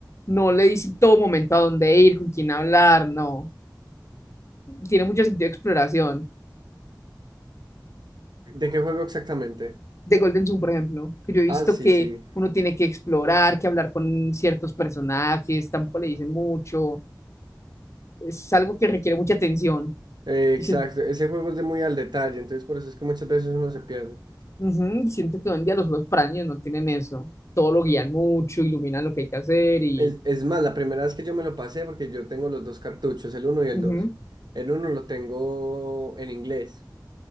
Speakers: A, on the left (about 40°); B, on the right (about 70°).
A: No le dicen todo momento a dónde ir, con quién hablar, no. Tiene mucho sentido de exploración.
B: ¿De qué juego exactamente?
A: De Golden Sun, por ejemplo, que yo he visto
B: Ah, sí,
A: que
B: sí.
A: uno tiene que explorar, que hablar con ciertos personajes, tampoco le dicen mucho. Es algo que requiere mucha atención.
B: Eh, Exacto,
A: Dicen,
B: ese juego es de muy al detalle, entonces por eso es que muchas veces uno se pierde.
A: Ujú, Siento que hoy en día los juegos para niños no tienen eso. Todo lo guían mucho, iluminan lo que hay que hacer y...
B: Es, es más, la primera vez que yo me lo pasé, porque yo tengo los dos cartuchos, el uno y el
A: ujú,
B: 2. El uno lo tengo en inglés.